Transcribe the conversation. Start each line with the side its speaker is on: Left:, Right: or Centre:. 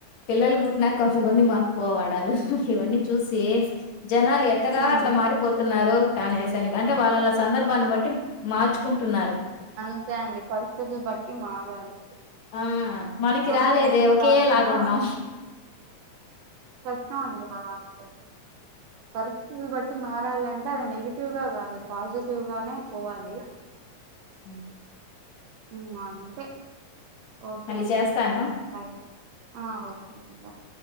Left: పిల్లలు పుట్టినాక్ కొంతమంది మారిపోవాడాలు ఇవన్నీ చూసి జనాలు ఎట్టగా
Right: ఉమ్
Left: అట్లా మారిపోతున్నారు. లో కానేసాని అంటే వాళ్ళలా సందర్భాన్ని బట్టి మార్చుకుంటున్నారు.
Right: అంతే అండి, పరిస్థితులు బట్టి మారాలి.
Left: ఆ మనకి
Right: మనం
Left: రాలేదే
Right: ఒకేలాగున్నా
Left: ఒకేలాగున్నాం.
Right: కష్టమండి. అలా చేస్ పరిస్థితులు బట్టి మారాలంటే, అది నెగిటివ్గా కాదు, పాజిటివ్ గానే పోవాలి.
Left: హు్
Right: హుహ్ అంతే ఒకే
Left: మళ్ళీ
Right: అండి
Left: చేస్తాను
Right: బాయ్. ఆ ఒకే అండి బాయ్.